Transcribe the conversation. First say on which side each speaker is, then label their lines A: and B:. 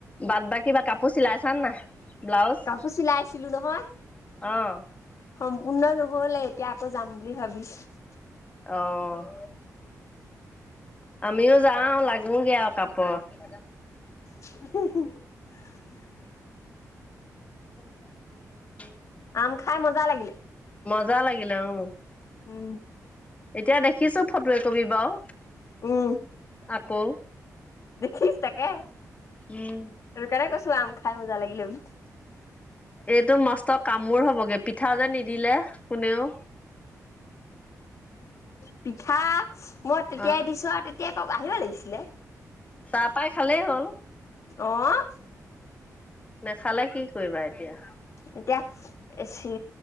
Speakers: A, on the left; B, on the left.
A: বাট-বা কিবা কাপোৰ চিলাইছ নাই ব্লাউজ।
B: কাপোৰ চিলাইছিলো নহয়
A: অ'।
B: সম্পূৰ্ণ নহ'লে। এতিয়া আকৌ যাম বুলি ভাবিছো।
A: অ'। আমিও যাও, লাগোগে আৰু কাপোৰত
B: <unintelligible>
A: সংগিতা কাপোৰ পোৱা হ'লে।
B: আম খাই মজা লাগিলে।
A: মজা লাগিলে অ'।
B: উম।
A: এতিয়া দেখিছো ফটো একপি বাৰু।
B: উম
A: আকৌ।
B: দেখিছ তাকে।
A: উম,
B: সেইটো কাৰণে কৈছো আম খাই মজা লাগিলে বুলি।
A: এইটো মষ্ট কামোৰ হ'বগে পিঠা যে নিদিলে কোনেও।
B: পিঠা। মই তেতিয়াই
A: অ'
B: দিছো আৰু তেতিয়াই পাব আহিব লাগিছিলে
A: তাপাই খালেই হ'ল।
B: অ'।
A: নেখালে কি কৰিবা এতিয়া
B: এতিয়া চি,